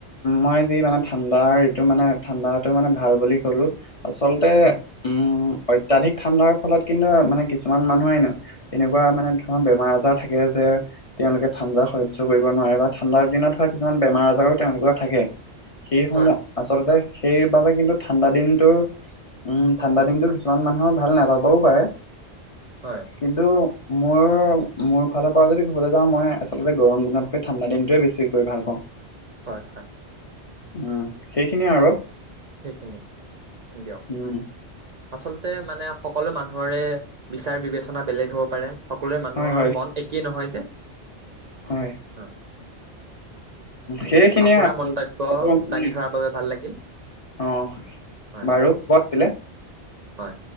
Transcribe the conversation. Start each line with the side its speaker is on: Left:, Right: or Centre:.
Left: মই যি মানে ঠাণ্ডাৰ এইটো মানে ঠাণ্ডাটো মানে ভাল বুলি ক'লো। আচলতে
Right: হয়।
Left: উম অত্যাধিক ঠাণ্ডাৰ ফলত কিন্তু মানে কিছুমান মানুহ হেনো। এনেকুৱা মানে <unintelligible> বেমাৰ আজাৰ থাকে যে। তেওঁলোকে ঠাণ্ডা সহ্য কৰিব নোৱাৰে বা ঠাণ্ডাৰ দিনত হয় কিছুমান বেমাৰ আজাৰো তেওঁলোকৰ থাকে, সেইসমূহ
Right: হয়,
Left: আচলতে। সেইবাবে কিন্তু ঠাণ্ডা দিনটো। উম' ঠাণ্ডা দিনটো কিছুমান মানুহৰ ভাল নাপাবও পাৰে।
Right: হয়।
Left: কিন্তু মোৰ, মোৰ ফালৰ পৰা যদি ক'বলৈ যাওঁ মই আচলতে গৰম দিনত ঠাণ্ডা দিনটোৱে বেছিকৈ ভাল পাওঁ।
Right: হয়', হয়।
Left: উম', সেইখিনিয়ে আৰু।
Right: সেইখিনি, দিয়ক,
Left: উম
Right: আচলতে মানে সক সকলো মানুহৰে বিচাৰ বিবেচনা বেলেগ হ'ব পাৰে, সকলোৰে মানুহৰ
Left: হয় হয়
Right: মন একেই নহয় যে।
Left: হয়।
Right: হয়,
Left: সেইখিনিয়ে
Right: উম আপোনাৰ
Left: আৰু।
Right: মন্তব্য
Left: আকৌ, উম,
Right: দাঙি ধৰাৰ বাবে ভাল লাগিল।
Left: অ'
Right: হয়,
Left: বাৰু। <unintelligible>
Right: হয়।